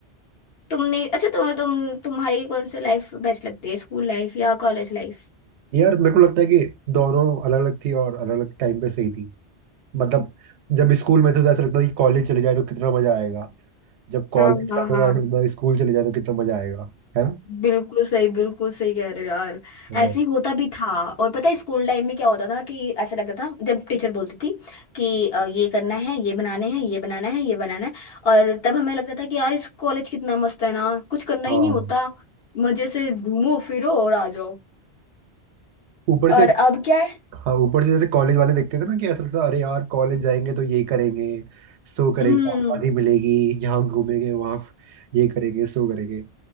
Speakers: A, on the left; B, on the right.
A: तुमने अच्छा तुम तुम तुम्हारी कौन सी लाइफ बेस्ट लगती है स्कूल लाइफ या कॉलेज लाइफ
B: यार मेरे को लगता है कि दोनों अलग अलग थी और अलग अलग टाइम पे सही थी मतलब जब स्कूल में थे तो ऐसा लगता था कि कॉलेज चले जाए तो कितना मजा आएगा जब कॉलेज
A: हाँ हाँ
B: का तो
A: हाँ
B: ऐसा लगता था स्कूल चले जाए तो कितना मजा आएगा है ना
A: बिल्कुल सही बिल्कुल सही कह रहे हो यार
B: हाँ
A: ऐसे ही होता भी था और पता है स्कूल टाइम में क्या होता था कि ऐसा लगता था जब टीचर बोलती थी कि अ, ये करना है ये बनाने हैं ये बनाना है ये बनाना है और तब हमें लगता था कि यार इस कॉलेज कितना मस्त है ना कुछ करना
B: हाँ।
A: ही नहीं होता मजे से घूमो फिरो और आ जाओ
B: ऊपर से
A: और अब क्या है
B: हाँ ऊपर से जैसे कॉलेज वाले देखते थे ना कि ऐसा लगता था अरे यार कॉलेज जाएंगे तो ये करेंगे सो करेंगे
A: हम्म
B: आबादी मिलेगी यहाँ घूमेंगे वहाँ ये करेंगे सो करेंगे